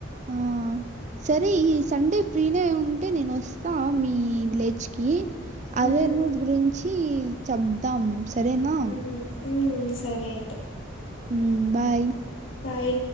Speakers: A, on the right (about 35°); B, on the left (about 70°).
A: ఆ సరే ఈ సండే ఫ్రీనే ఉంటే నేను వస్తా మీ విలేజ్ కి అదే
B: ఉమ్
A: నుజ్ గురించి చెప్దాం సరేనా?
B: ఉ ఉ సరే అయితే
A: ఊ బాయ్
B: బాయ్